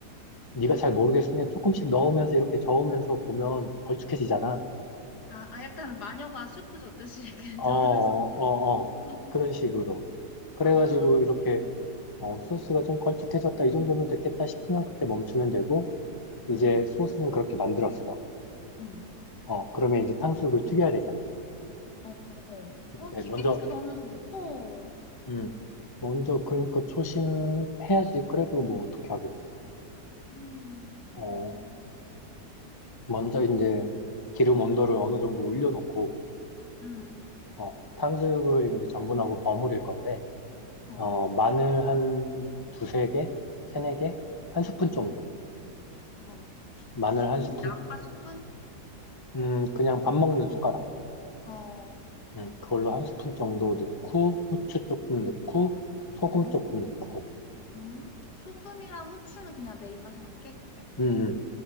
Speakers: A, on the left; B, on the left.
A: 네가 잘 모르겠으면 조금씩 넣으면서 이렇게 저으면서 보면 걸쭉해지잖아.
B: 아, 아, 약간 마녀가 수프 젓듯이 이렇게
A: 어,
B: <laughs> 잡으면서.
A: 어, 어.
B: <laughs>
A: 어. 그런 식으로. 그래가지고
B: 아,
A: 이렇게 어, 소스가 좀 걸쭉해졌다. 이 정도면 됐겠다 싶으면 그때 멈추면 되고
B: 응
A: 이제 소스는 그렇게 만들었어.
B: 응.
A: 어, 그러면 이제 탕수육을 튀겨야 되잖아.
B: 어, 어,
A: 이제
B: 어, 튀기는
A: 먼저,
B: 게 나는 무서워.
A: 음, 먼저 그러니까 초심해야지. 그래도 뭐 어떻게 하겠어.
B: 음,
A: 어,
B: 맞아.
A: 먼저 이제 기름 온도를 어느 정도 올려놓고
B: 응
A: 어, 탕수육을 이제 전분하고 버무릴 건데
B: 어,
A: 어, 마늘 한 두세 개? 세네 개? 한 스푼 정도.
B: 어. 수-
A: 마늘
B: 스푼,
A: 한 스푼,
B: 그냥 아빠 스푼?
A: 음, 그냥 밥 먹는 숟가락.
B: 어,
A: 음, 그걸로 한 스푼 정도 넣고, 후추 조금 넣고, 소금
B: 음,
A: 조금 넣고.
B: 음. 소금이랑 후추는 그냥 내 입맛에 맞게?
A: 음, 음.